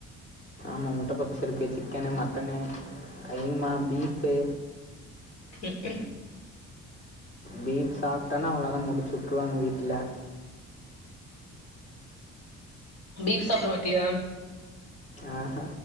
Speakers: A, on the left; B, on the left.
A: ஆமா முட்ட பப்ஸ்சு இருக்கு சிக்கனு மட்டனு கைமா பீஃப்பு
B: க்கும்
A: பீப் சாப்டனா அவ்ளோதா முடிச்சு உட்டுருவாங்க வீட்ல
B: பீப் சாப்ட மாட்டியா
A: ஆஹ